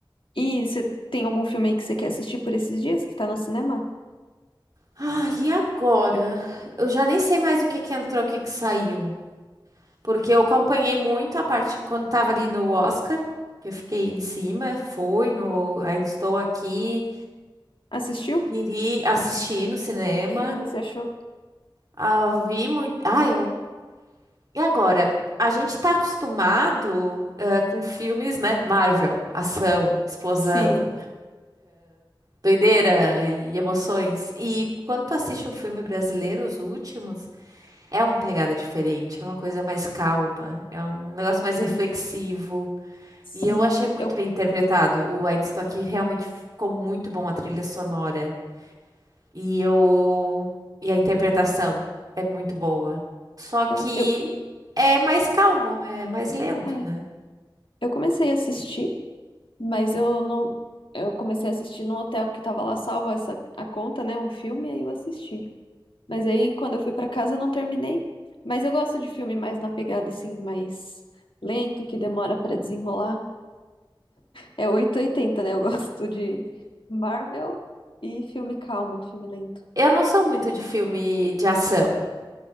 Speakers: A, on the left; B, on the right.
A: E você tem algum filme aí que você quer assistir por esses dias que tá no cinema?
B: Ah, e agora? Eu já nem sei mais o que que entrou, o que que saiu. Porque eu acompanhei muito a parte quando tava ali no Oscar, que eu fiquei em cima, fui no Ainda Estou Aqui,
A: Assistiu?
B: iri assistir no cinema.
A: O que que você achou?
B: Ah, vi muito. Ah, eu E agora, a gente está acostumado eh, com filmes, né? Marvel, ação, Sim. explosão,
A: Sim,
B: doideira e emoções. E quando tu assiste um filme brasileiro, os últimos, é uma pegada diferente, é uma coisa mais calma, é um negócio mais reflexivo.
A: sim.
B: E eu achei Sim. muito
A: Eu,
B: bem interpretado. O Ainda Estou Aqui realmente ficou muito bom a trilha sonora. E eu... E a interpretação é muito boa. Só que
A: é, eu,
B: é mais calmo, né, é mais lento,
A: é,
B: né?
A: eu comecei a assistir, mas eu não. Eu comecei a assistir no hotel que tava lá salvo essa, a conta, né? O filme, aí eu assisti. Mas aí quando eu fui pra casa eu não terminei. Mas eu gosto de filme mais na pegada assim, mais lento, que demora pra desenrolar. É 880, né? Eu <laughs> gosto de Marvel e filme calmo, filme lento.
B: Eu não sou muito de filme de ação.